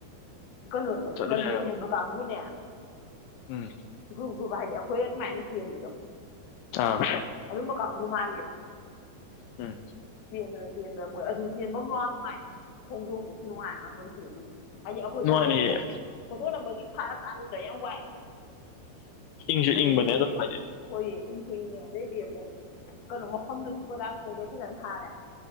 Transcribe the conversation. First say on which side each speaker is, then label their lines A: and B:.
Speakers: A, on the left (about 55°); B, on the left (about 80°).
A: ꯀꯩꯅꯣ
B: ꯆꯠꯂꯨꯏ
A: ꯅꯝꯖꯦꯁꯤꯕ
B: ꯍꯥꯏꯔꯕ
A: ꯀꯥꯒꯨꯅꯦ
B: ꯎꯝ
A: ꯒꯨ ꯒꯨ ꯍꯥꯏꯗꯤ ꯑꯩꯈꯣꯏ ꯑꯗꯨꯃꯥꯏꯅ ꯊꯕꯗ ꯑꯗꯨꯣ
B: ꯑꯥ
A: ꯑꯗꯨꯝꯕ ꯀꯪꯨ ꯃꯥꯜꯂꯦꯕ
B: ꯎꯝ
A: ꯆꯦꯟꯗꯅ ꯆꯦꯟꯗꯅ ꯃꯣꯏ ꯑꯗꯨ ꯆꯦꯟꯕ ꯑꯃꯅꯨꯡ ꯅꯨꯡꯉꯥꯏ ꯈꯣꯡꯗꯣꯝꯝꯕ ꯈꯨ ꯅꯨꯡꯉꯥꯏꯔꯒ ꯃꯣꯏ ꯆꯦꯟꯃꯤ ꯍꯥꯏꯗꯤ ꯑꯩꯈꯣꯏꯗ
B: ꯅꯨꯡꯉꯥꯏꯅꯤꯌꯦ
A: ꯑꯗꯨꯝ ꯐꯣꯇꯣꯛꯅꯕꯒꯤ ꯐꯔꯀꯥꯟꯗꯨꯗ ꯌꯥꯝ ꯋꯥꯏꯑꯕ
B: ꯏꯪꯁꯨ
A: ꯑꯗꯨꯗ
B: ꯏꯪꯕꯅꯦ
A: ꯃꯣꯏꯗꯤ
B: ꯑꯗꯨꯝ ꯍꯥꯏꯗꯤ
A: ꯍꯣꯏꯌꯦ ꯏꯁꯨ ꯏꯅꯦ ꯑꯗꯩꯗꯤ ꯑꯃꯨꯛ ꯀꯩꯅꯣ ꯃꯐꯝꯗꯨꯁꯨ ꯀꯂꯥꯁꯇꯈꯣꯏ ꯐꯖꯅ ꯊꯥꯔꯦ